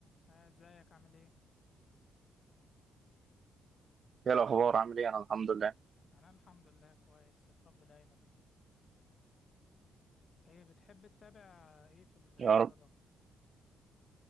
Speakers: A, on the left; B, on the right.
A: آه، ازيك عامل ايه؟
B: ايه الاخبار عامل ايه انا الحمد لله
A: انا الحمد لله كويس يا رب دايما ايه بتحب تتابع ايه في الرياضة؟
B: يا رب